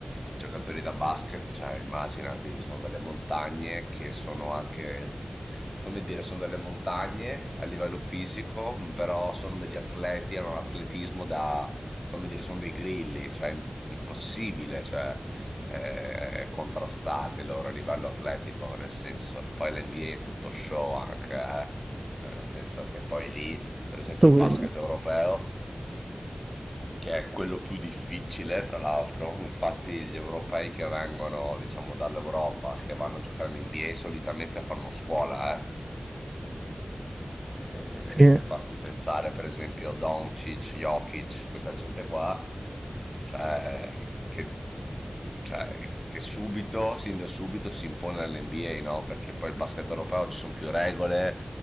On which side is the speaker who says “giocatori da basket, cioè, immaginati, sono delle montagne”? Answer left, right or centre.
Left